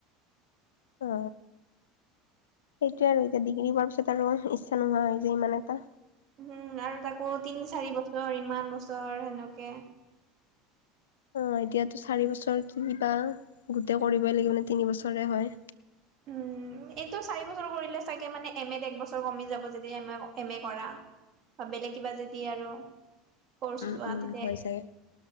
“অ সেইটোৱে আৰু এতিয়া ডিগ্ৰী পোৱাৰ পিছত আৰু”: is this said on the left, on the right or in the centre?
Left